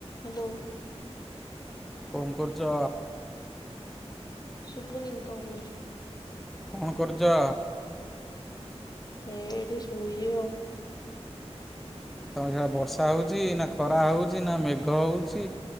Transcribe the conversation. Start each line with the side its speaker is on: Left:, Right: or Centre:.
Left: Hello.
Centre: କଁ କରୁଚ?
Left: ଶୁବୁନି କଁ କଉଚୁ।
Centre: କଣ କରୁଚ?
Left: ଏଇଠି ସୋଇଚି ଆଉ।
Centre: ତମ ସିଆଡ଼େ ବର୍ଷା ହଉଚି ନା ଖରା ହଉଚି ନା ମେଘ ହଉଚି?